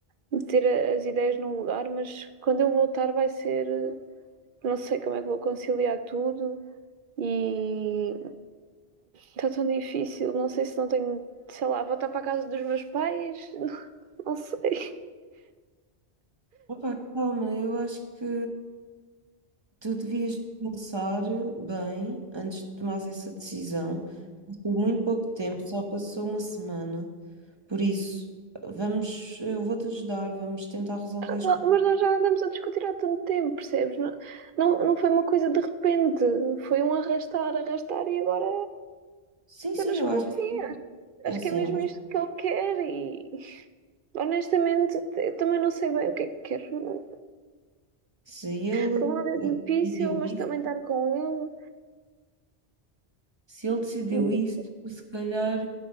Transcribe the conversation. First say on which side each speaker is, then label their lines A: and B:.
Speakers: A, on the right; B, on the right.
A: meter as ideias no lugar, mas quando eu voltar vai ser, eh, não sei como é que vou conciliar tudo, E está tão difícil. Não sei se não tenho, sei lá, voltar para a casa dos meus pais. <laughs> Não sei.
B: Opa, calma, eu acho que tu devias pensar bem antes de tomares essa decisão. Passou muito pouco tempo, só passou uma semana. Por isso, vamos, eu vou-te ajudar, vamos tentar resolver as
A: Não-
B: coisas.
A: Mas nós já andamos a discutir há tanto tempo, percebes? Não, não, não foi uma coisa de repente. Foi um arrastar, arrastar e agora
B: Sim, sim,
A: agora
B: eu
A: escolhi.
B: acho, é
A: Acho
B: assim,
A: que é mesmo
B: eu acho que
A: isto que ele quer e honestamente eu também não sei bem o que é que quero.
B: se ele
A: Por um lado é
B: eh,
A: difícil,
B: decidiu
A: mas
B: isso.
A: também estar com
B: Se ele decidiu
A: ele.
B: isso, se calhar